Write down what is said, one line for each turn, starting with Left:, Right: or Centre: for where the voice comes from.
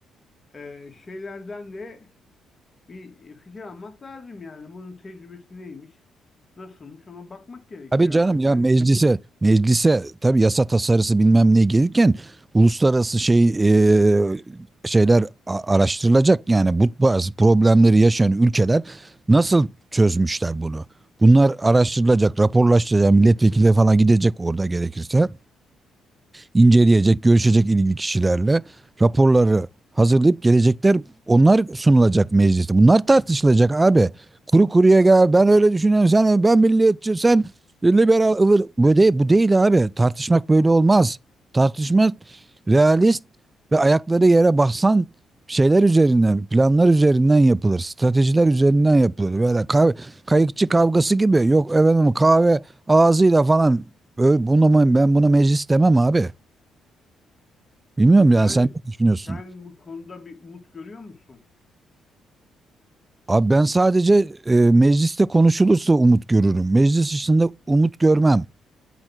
Left: e, şeylerden de bir fikir almak lazım yani. Bunun tecrübesi neymiş? Nasılmış? Ona bakmak gerekiyor
Right: Abi canım
Left: abi.
Right: ya
Left: Sen
Right: meclise, meclise tabii yasa tasarısı bilmem ne gelirken uluslararası şey e, şeyler a- araştırılacak. Yani bu bazı problemleri yaşayan ülkeler nasıl çözmüşler bunu? Bunlar araştırılacak, raporlaştırılacak, milletvekili falan gidecek orada gerekirse. inceleyecek, görüşecek ilgili kişilerle raporları hazırlayıp gelecekler onlar sunulacak mecliste. Bunlar tartışılacak abi. Kuru kuruya gel ben öyle düşünüyorum sen ben milliyetçi sen liberal ıvır. Bu değil, bu değil abi. Tartışmak böyle olmaz. Tartışmak realist ve ayakları yere basan şeyler üzerinden, planlar üzerinden yapılır. Stratejiler üzerinden yapılır. Böyle kav- kayıkçı kavgası gibi. Yok efendim kahve ağzıyla falan. Ö- Bunu, ben buna meclis demem abi. Bilmiyorum
Left: yani
Right: yani sen ne düşünüyorsun?
Left: sen bu konuda bir umut görüyor musun?
Right: Abi ben sadece e, mecliste konuşulursa umut görürüm. Meclis dışında umut görmem.